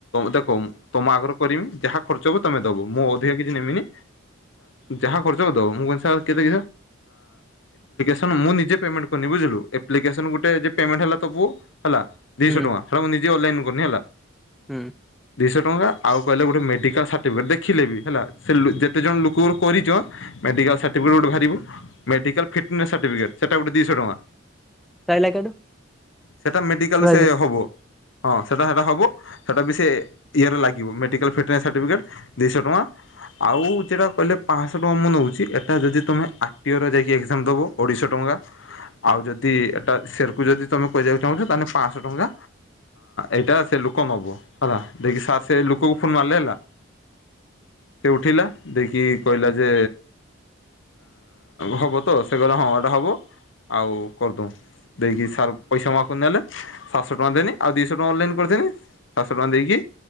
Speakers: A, on the left; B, in the centre.
A: ଦେଖ ତୁମ ଆଗରୁ କରିମି ଯାହା ଖର୍ଚ୍ଚ ହେବ ତୁମେ ଦେବ ମୁଁ ଅଧିକା କିଛି ନେମିନି ଯାହା ଖର୍ଚ୍ଚହବ ଦବୁ ମୁଁ କହିଲି ସାର୍ <unintelligible> ମୁଁ ନିଜେ ପେମେଣ୍ଟ କଲି ବୁଝିଲୁ ଆପ୍ଲିକେସନ ଗୋଟେ ଯୋଉ ପେମେଣ୍ଟ୍ ହେଲା ଦବୁ ହେଲା ଦିଶହ
B: ହୁଁ
A: ଟଙ୍କା ହେଲା ମୁଁ ନିଜେ ଅନଲାଇନ କଲି ହେଲା
B: ହୁଁ
A: ଦିଇଶହ ଟଙ୍କା ଆଉ କହିଲେ ଗୋଟେ ମେଡିକାଲ ସାର୍ଟିଫିକେଟ ଦେଖିଲେ ବି ହେଲା ଯେତେ ଜଣ ଲୋକ କରିଛ ମେଡ଼ିକାଲ୍ ସାର୍ଟିଫିକେଟ ଗୋଟେ ବାହାରିବୁ ମେଡ଼ିକାଲ୍ ଫିଟନେସ୍ ସାର୍ଟିଫିକେଟ୍ ସେଟା ଗୋଟେ ଦିଇଶହ ଟଙ୍କା
B: ସଇଲା କାଠୁ
A: ସେଟା ମେଡିକାଲ
B: ହୁଁ
A: ସେ ହବ ହଁ ସେଇଟା ସେଇଟା ହେବ ସେଇଟା ବି ସେ ଇଏରେ ଲାଗିବ ମେଡ଼ିକାଲ ଫିଟନେସ୍ ସାର୍ଟିଫିକେଟ୍ ଦୁଇଶହ ଟଙ୍କା ଆଉ ଯେଉଁଟା କହିଲେ ପାଞ୍ଚଶହ ଟଙ୍କା ମୁଁ ନେଉଛି ଏଟା ଯଦି ତମେ ଆରଟିର ଯାଇକି ଏକ୍ଜାମ ଦେବ ଅଢେଇଶହ ଟଙ୍କା ଆଉ ଯଦି ଏଟା ସେରକୁ ଯଦି ତମେ କ କହିିବାକୁ ଚାହୁଁଛ ତାହେଲେ ପାଞ୍ଚଶହ ଟଙ୍କା ଏଇଟା ସେ ଲୋକ ନେବ ହେଲା ଯକି ସାର୍ ସେ ଲୋକକୁ ଫୋନ୍ ମାରିଲେ ହେଲା ସେ ଉଠିଲା ଦେଖି କହିଲା ଯେ ହେବ ତ ସେ କହିଲା ହଁ ଏଇଟା ହେବ ଆଉ କରିଦଉ ଦେଇକି ସାର୍ ପଇସା ମକୁ ନେଲେ ସାତଶହ ଟଙ୍କା ଦେନି ଆଉ ଦୁଇଶହ ଟଙ୍କା ଅନଲାଇନ୍ କରିଦେନି ସାତଶହ ଟଙ୍କା ଦେଇକି